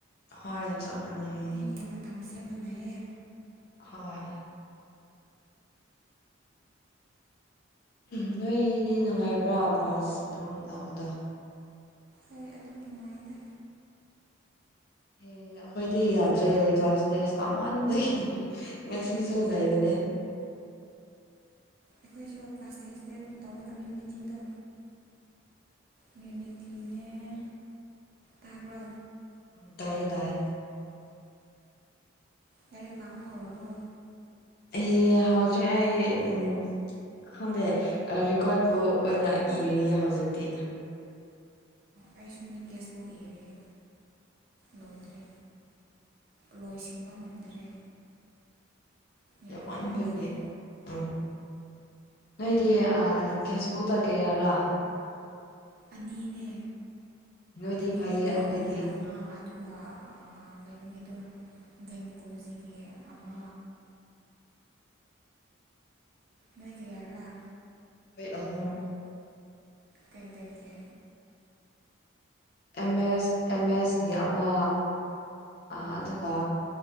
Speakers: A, on the left (about 50°); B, on the right (about 50°).
A: ꯍꯣꯏ ꯆꯠ ꯃꯅꯩꯌꯦ
B: ꯁꯤ ꯃꯇꯝꯁꯦ ꯃꯥꯟꯅꯩꯌꯦ
A: ꯍꯣꯏ ꯎꯝ ꯅꯣꯏꯗꯤ ꯅꯨꯡꯉꯥꯏꯕ꯭ꯔꯥ ꯀ꯭ꯂꯥꯁ ꯑꯗꯨꯝ ꯂꯧꯕꯗꯣ
B: ꯑꯩꯩ ꯑꯗꯨꯝ ꯅꯨꯡꯉꯥꯏꯗꯦ
A: ꯑꯦ ꯑꯩꯈꯣꯏꯗꯤ ꯌꯥꯗ꯭ꯔꯦ ꯀ꯭ꯂꯥꯁ ꯇꯦꯁ ꯇꯧꯃꯟꯕꯒꯤ ꯉꯁꯤꯁꯨ ꯂꯩꯕꯅꯦ
B: ꯑꯈꯣꯏꯁꯨ ꯀ꯭ꯂꯥꯁ ꯇꯦꯁꯇꯤ ꯑꯗꯨꯝ ꯇꯧꯋꯦ ꯀꯝꯃ꯭ꯌꯨꯅꯤꯇꯤꯗꯣ ꯃꯤꯃꯤꯀ꯭ꯔꯤꯅꯧ ꯇꯥꯕ꯭ꯔꯣ
A: ꯎꯝ ꯇꯥꯏꯌꯦ ꯇꯥꯏꯌꯦ
B: ꯂꯥꯏꯔꯤꯛ ꯄꯥꯕ ꯍꯧꯔꯕꯣ
A: ꯑꯩ ꯍꯧꯖꯤꯛ ꯑꯩ ꯎꯝ ꯈꯪꯗꯦ ꯑ ꯔꯦꯀꯣꯔꯠꯄꯨ ꯑꯣꯏꯅ ꯏꯔꯤꯌꯦ ꯍꯧꯖꯤꯛꯇꯤ
B: ꯑꯩꯁꯨꯅꯦ ꯀꯦꯁꯕꯨꯛ ꯏꯔꯤꯌꯦ ꯂꯣꯏꯗ꯭ꯔꯦ ꯂꯣꯏꯁꯤꯟꯕ ꯉꯝꯗ꯭ꯔꯦ ꯌꯥꯝꯃꯟꯕꯒꯤ
A: ꯌꯥꯝ ꯃꯥꯟꯕꯒꯤ ꯑ ꯅꯣꯏꯗꯤ ꯀꯦꯁꯕꯨꯛꯇ ꯀꯩꯌꯥꯔꯥ
B: ꯑꯅꯤꯅꯦ
A: ꯅꯣꯏꯗꯤ
B: ꯀꯃ꯭ꯌꯨꯅꯤꯇꯤꯒꯤ
A: ꯐꯩꯌꯦ ꯑꯩꯈꯣꯏꯗꯤ
B: ꯑꯃ ꯑꯗꯨꯒ ꯀꯩꯅꯣꯒꯤꯗ ꯒꯥꯏꯅꯤꯀꯣꯂꯣꯖꯤꯒꯤ ꯑꯃ ꯅꯣꯏꯒꯤꯌꯥꯔꯥ
A: ꯑꯩꯈꯣꯏ ꯑꯍꯨꯝ
B: ꯀꯩ ꯀꯩꯁꯦ
A: ꯑꯦꯝ ꯑꯦꯁ ꯑꯦꯝ ꯑꯦꯁꯀꯤ ꯑꯃ ꯑ ꯑꯗꯨꯒ